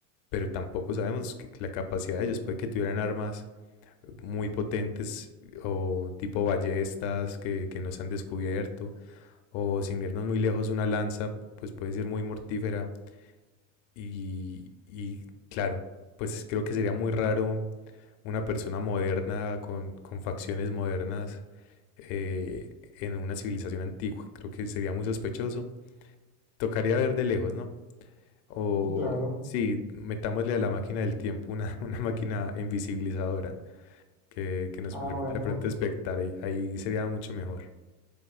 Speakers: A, on the left; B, in the centre.
A: pero tampoco sabemos que- la capacidad de ellos. Puede que tuvieran armas muy potentes o tipo ballestas que, que no se han descubierto, o sin irnos muy lejos, una lanza, pues puede ser muy mortífera. Y, y claro, pues creo que sería muy raro una persona moderna con, con facciones modernas eh, en una civilización antigua. Creo que sería muy sospechoso. Tocaría ver de lejos, ¿no? O
B: sí, claro.
A: sí, metámosle a la máquina del tiempo una, <laughs> una máquina invisibilizadora que, que nos
B: Ah,
A: permita
B: bueno.
A: de pronto espectar. Ahí, ahí sería mucho mejor.